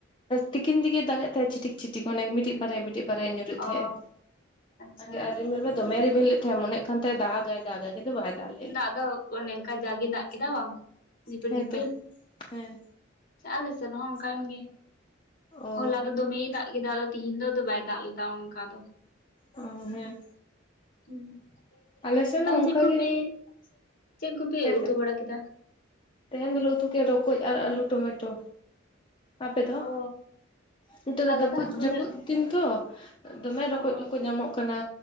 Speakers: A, on the left (about 25°); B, on the left (about 45°).
A: ᱛᱤᱠᱤᱱ ᱫᱤᱠᱮ ᱫᱟᱜᱽᱮᱜ ᱛᱟᱦᱮᱫ ᱪᱷᱤᱴᱤᱠ ᱪᱷᱤᱴᱤᱠ ᱚᱱᱮ ᱢᱤᱫᱴᱤᱡ ᱵᱟᱨᱭᱟ ᱢᱤᱫᱴᱤᱡ ᱵᱟᱨᱭᱟ ᱧᱩᱨ ᱛᱟᱦᱮᱸᱜᱼᱟ
B: ᱚ ᱟᱪᱪᱷᱟ
A: ᱟᱨ ᱨᱤᱢᱤᱞ ᱢᱮ ᱫᱚᱢᱮ ᱨᱤᱢᱤᱞ ᱞᱮᱫ ᱛᱟᱦᱮᱸᱜ ᱢᱚᱱᱮ ᱠᱟᱱ ᱛᱟᱦᱮᱱᱟ ᱫᱟᱜᱽᱟᱭ ᱫᱟᱜᱽᱟᱭ ᱠᱤᱱᱛᱩ ᱵᱟᱭ ᱫᱟᱜᱽ ᱞᱮᱫᱟ᱾
B: ᱫᱟᱜ ᱫᱚ ᱚᱱᱮ ᱚᱝᱠᱟ ᱡᱟᱜᱮ ᱫᱟᱜᱽ ᱠᱮᱫᱟ ᱵᱟᱝ ᱡᱷᱤᱯᱤᱨ
A: ᱦᱮᱸ
B: ᱡᱷᱤᱯᱤᱨ
A: ᱛᱚ ᱦᱮᱸ
B: ᱟᱞᱮ ᱥᱮᱫ ᱦᱚᱸ ᱚᱱᱠᱟᱱ ᱜᱮ
A: ᱚ
B: ᱦᱚᱞᱟ ᱫᱚ ᱫᱚᱢᱮᱭ ᱫᱟᱜᱽ ᱠᱮᱫᱟ ᱛᱮᱦᱮᱧ ᱫᱚ ᱫᱚ ᱵᱟᱭ ᱫᱟᱜᱽ ᱞᱮᱫᱟ ᱚᱱᱠᱟ ᱫᱚ
A: ᱚ ᱦᱮᱸ
B: ᱦᱩᱸ
A: ᱟᱞᱮ ᱥᱮᱱ
B: ᱛᱟᱦᱞᱮ
A: ᱦᱚᱸ ᱚᱱᱠᱟ
B: ᱪᱮᱫ ᱠᱚᱯᱮ
A: ᱜᱮ
B: ᱪᱮᱫ ᱠᱚᱯᱮ
A: ᱦᱮᱸᱛᱚ
B: ᱩᱛᱩ ᱵᱟᱲᱟ ᱠᱮᱫᱟ?
A: ᱛᱮᱦᱮᱧ ᱫᱚᱞᱮ ᱩᱛᱩ ᱠᱮᱜᱼᱟ ᱨᱚᱠᱚᱡᱽ ᱟᱨ ᱟᱹᱞᱩ ᱴᱚᱢᱮᱴᱳ ᱟᱯᱮ ᱫᱚ?
B: ᱚ
A: ᱱᱤᱛᱚᱜ ᱫᱚ
B: ᱟᱞᱮ
A: ᱫᱟᱹᱯᱩᱡ
B: ᱦᱟᱹᱠᱩ
A: ᱡᱟᱹᱯᱩᱫ
B: ᱞᱮ
A: ᱛᱤᱧ ᱛᱚ ᱫᱚᱢᱮ ᱨᱚᱠᱚᱡᱽ
B: ᱚ
A: ᱠᱚ ᱧᱟᱢᱚᱜ ᱠᱟᱱᱟ